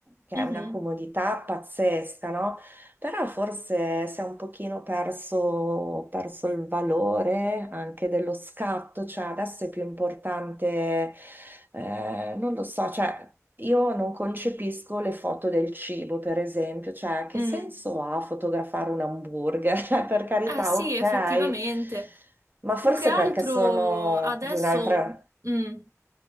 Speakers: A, on the right; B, on the right.
A: che
B: mhm,
A: è una comodità pazzesca, no? Però forse si è un pochino perso, perso il valore anche dello scatto, cioè adesso è più importante, eh, non lo so, cioè io non concepisco le foto del cibo, per esempio, cioè che
B: mm.
A: senso ha fotografare un hamburger? <laughs> Cioè, per carità,
B: Eh sì,
A: ok,
B: effettivamente.
A: ma forse
B: Più che altro
A: perché sono
B: adesso...
A: di un'altra
B: mm,